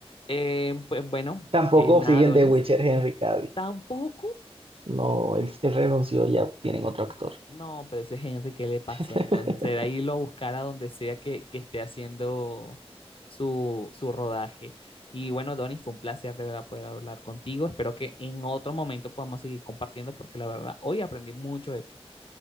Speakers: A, on the left; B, on the right.
A: Eh, pues bueno,
B: Tampoco
A: eh, nada,
B: siguen
A: Donis,
B: The Witcher Henry Cavill.
A: tampoco.
B: No, él, él renunció, ya tienen otro
A: N-
B: actor.
A: No, pero ese Henry, ¿qué le pasó
B: <laughs>
A: entonces? Será irlo a buscar a donde sea que, que esté haciendo su, su rodaje. Y bueno, Donny, fue un placer de verdad poder hablar contigo. Espero que en otro momento podamos seguir compartiendo porque la verdad, hoy aprendí mucho de ti.